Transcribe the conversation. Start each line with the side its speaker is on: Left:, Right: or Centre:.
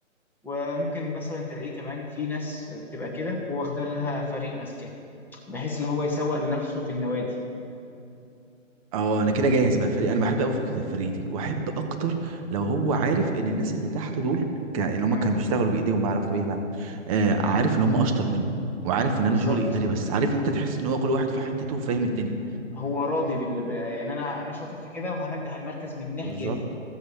Centre: وممكن مثلا تلاقيه كمان في ناس بتبقى كده واخده لها فريق ماسكاه بحيث اللي هو يسوق لنفسه في النوادي
Right: اه انا كده جاهز بقى فريق انا بحب قوي فكره الفريق دي واحب اكتر لو هو عارف ان الناس اللي تحته دول ك- اللي هم
Centre: اه
Right: كانوا بيشتغلوا بايديهم بقى علاقته بيه فعلا آه عارف ان هم اشطر منه وعارف ان
Centre: بالظبط
Right: انا شغلي اداري بس عارف انت تحس ان هو كل واحد في حتته وفاهم الدنيا
Centre: هو راضي بال... ب- يعني انا انا شاطر في كده وهنجح المركز من الناحيه
Right: بالظبط
Centre: دي